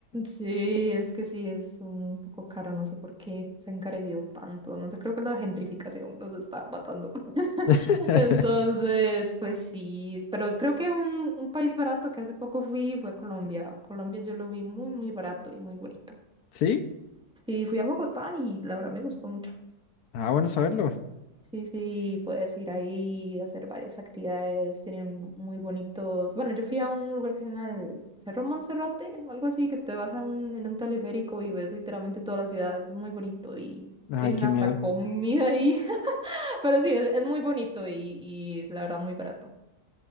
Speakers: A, in the centre; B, on the left.
A: Sí, es que sí, es un poco caro, no sé por qué se ha encarecido tanto, no sé, creo que la gentrificación nos está matando. <laughs>
B: <laughs>
A: Entonces, pues sí, pero creo que un, un país barato que hace poco fui fue a Colombia. Colombia yo lo vi muy, muy barato y muy bonito.
B: ¿Sí?
A: Sí, fui a Bogotá y la verdad me gustó mucho.
B: Ah, bueno, saberlo.
A: Sí, sí, puedes ir ahí y hacer varias actividades, tienen muy bonitos. Bueno, yo fui a un lugar que se llama el Cerro Monserrate, algo así, que te vas a un- en un teleférico y ves literalmente toda la ciudad, es muy bonito y
B: Ay,
A: tienen
B: qué
A: hasta
B: miedo.
A: comida ahí, <laughs> pero sí, es, es muy bonito y, y la verdad muy barato.